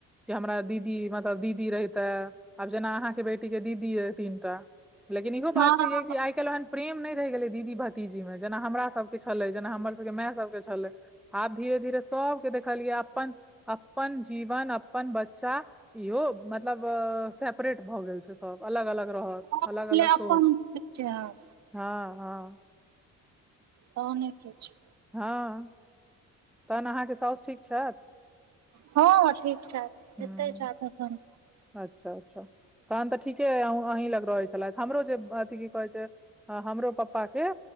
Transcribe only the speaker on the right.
हँ हँ
पहिले
अपन
होइ छै हँ
तऽने के छै
हाँ ठीक छथि
एते छथि एखन